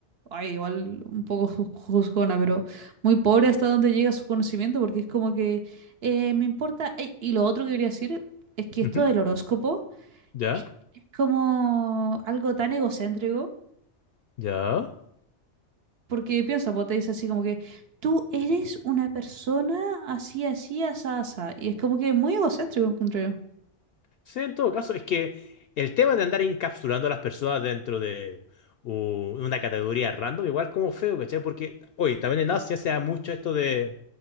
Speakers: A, on the right (about 60°); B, on the left (about 65°).
A: ay, igual un poco ju- juzgona, pero muy pobre hasta donde llega su conocimiento, porque es como que eh, me importa. Ey, y lo otro que quería decir es que
B: ujú,
A: esto del horóscopo
B: ¿Ya?
A: es, es como algo tan egocéntrico,
B: ¿Ya?
A: porque piensa, vos te dice así como que tú eres una persona así, así, asá, asá, y es como que muy egocéntrico, encuentro yo.
B: Sí, en todo caso, es que el tema de andar encapsulando a las personas dentro de u- una categoría random, igual es como feo, ¿cachai? Porque, oye, también en Asia se da mucho esto de